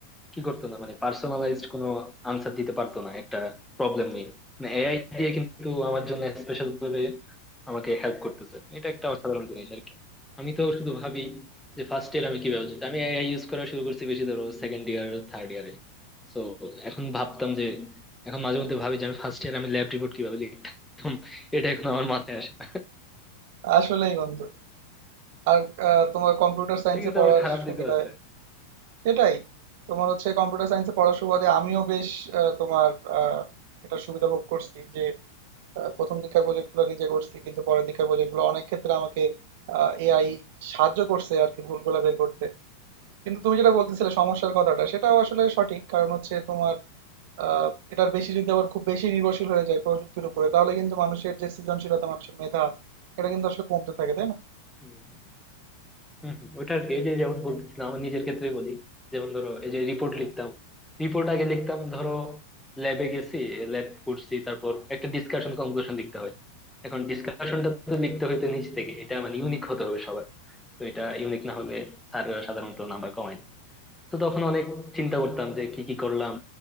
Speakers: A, in the centre; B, on the right.
A: কি করতো না মানে পার্সোনালাইজড কোনো আনসার দিতে পারতো না একটা প্রবলেম নিয়ে মানে এআই দিয়ে কিন্তু আমার জন্য স্পেশাল করে আমাকে হেল্প করতেছে এটা একটা অসাধারণ জিনিস আর কি আমি তো শুধু ভাবি যে ফার্স্ট ইয়ার আমি কি ভাবছি আমি এআই ইউজ করা শুরু করছি বেশি ধরো সেকেন্ড ইয়ার থার্ড ইয়ারে তো এখন ভাবতাম যে এখন মাঝে মধ্যে ভাবি যে আমি ফার্স্ট ইয়ার আমি ল্যাব রিপোর্ট কিভাবে লিখতাম এটা এখন আমার মাথায় আসে না।
B: আসলেই বন্ধু আর আহ, তোমার কম্পিউটার সায়েন্সে
A: এটা কিন্তু
B: পড়ার
A: আমার খারাপ
B: সুবিধায়
A: দিকও আছে
B: সেটাই তোমার হচ্ছে কম্পিউটার সায়েন্সে পড়ার সুবাদে আমিও বেশ আহ, তোমার আহ, এটা সুবিধা ভোগ করছি যে আহ, প্রথম দীক্ষার প্রজেক্টগুলো নিজে করছি কিন্তু পরের দীক্ষার প্রজেক্টগুলো অনেক ক্ষেত্রে আমাকে এআই সাহায্য করছে আর কি ভুলগুলো বের করতে কিন্তু তুমি যেটা বলতেছিলে সমস্যার কথাটা সেটাও আসলে সঠিক কারণ হচ্ছে তোমার আহ, এটার বেশি যদি আবার খুব বেশি নির্ভরশীল হয়ে যায় প্রযুক্তির উপরে তাহলে কিন্তু মানুষের যে সৃজনশীলতা মানুষের মেধা এটা কিন্তু আসলে কমতে থাকে তাই না
A: হুম। হম ওইটা আর কি এই যে যেমন বলতেছিলাম আমার নিজের ক্ষেত্রে বলি যেমন ধরো এই যে রিপোর্ট লিখতাম রিপোর্ট আগে লিখতাম ধরো ল্যাবে গেছি ল্যাব করছি তারপর একটা ডিসকাশন কনক্লুশন লিখতে হয় এখন ডিসকাশনটা তো লিখতে হইতো নিজ থেকে এটা মানে ইউনিক হতে হবে সবার তো এটা ইউনিক না হলে স্যাররা সাধারণত নাম্বার কমায় না। তো তখন অনেক চিন্তা করতাম যে কি কি করলাম